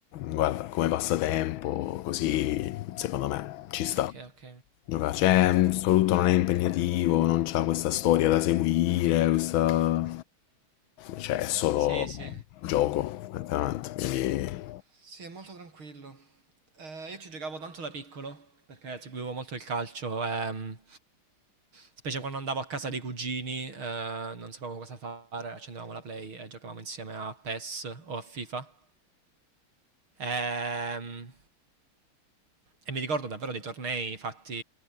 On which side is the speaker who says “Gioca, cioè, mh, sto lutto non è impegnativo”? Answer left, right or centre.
Left